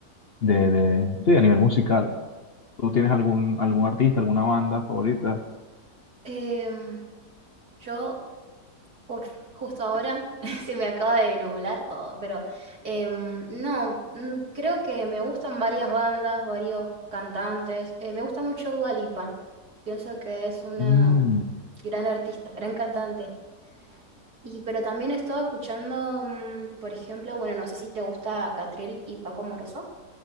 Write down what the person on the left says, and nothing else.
de, de- sí, a nivel musical. ¿Tú tienes algún, algún artista, alguna banda favorita?
Mm,